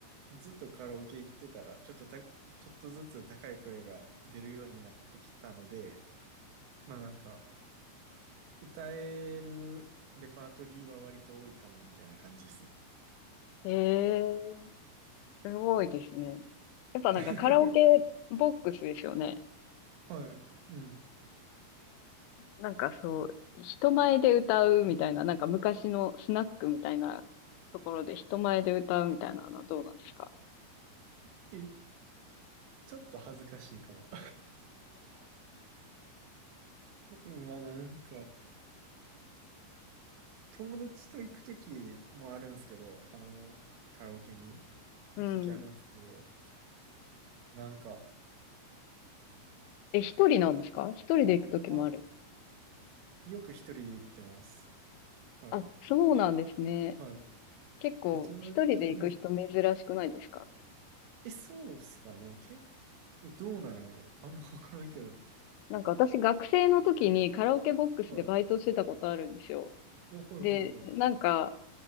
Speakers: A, on the right; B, on the left.
A: ずっとカラオケ行ってたら、ちょっとた、ちょっとずつ高い声が出るようになってきたので、まあなんか、歌えるレパートリーは割と多いかもみたいな感じですね。
B: ええ、すごいですね。やっぱなんかカラオケボックスですよね。
A: <laughs> はい。うん。
B: なんかそう、人前で歌うみたいな、なんか昔のスナックみたいなところで人前で歌うみたいなのはどうなんですか
A: え、ちょっと恥ずかしいかも。<laughs> まあなんか、友達と行くときもあるんですけど、あの、カラオケに
B: うん。
A: 行くときあるんですけど、なんか、
B: え、一人なんですか一人で行くときもある。
A: あ、よく一人で行ってます。はい。
B: あ、そうなんですね。
A: はい。
B: 結構一人で行く人珍しくないですか
A: で、友達、うん。え、そうっすかね。け、どうなんやろ。あんまわからんけど。
B: なんか私学生の時にカラオケボックスでバイトしてたことあるんですよ。
A: はい。お、はいはいは
B: で、なんか、